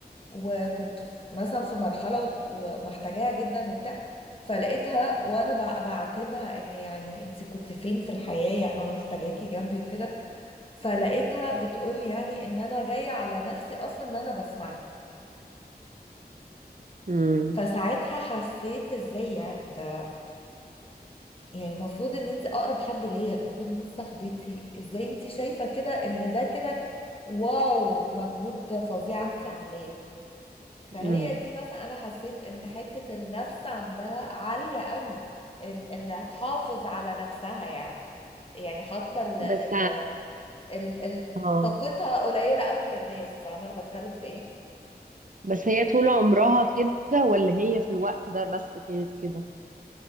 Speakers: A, on the left; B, on the right.
A: وكنت في مثلا في مرحلة وب- ومحتاجاها جدا وبتاع فلقيتها وانا بع- بعاتبها ان يعني انت كنت فين في الحياة يعني وانا محتاجاكي جنبي وكده فلقيتها بتقولي يعني ان انا جاية على نفسي اصلا ان انا بسمعك
B: امم
A: فساعتها حسيت ازاي يعني ده يعني المفروض ان انت اقرب حد ليا المفروض ان انت صاحبتي ازاي انت شايفة كده ان ده كده واو مجهود فظيع انت عاملاه فهي
B: امم
A: دي مثلا انا حسيت ان حتة النفس عندها عالية قوي ان انها تحافظ على نفسها يعني يعني حاطة ال
B: بس
A: ال ال ال
B: اه
A: طاقتها قليلة قوي للناس فاهمة انا بتكلم في ايه
B: بس هي طول عمرها كده ولا هي في الوقت ده بس كانت كده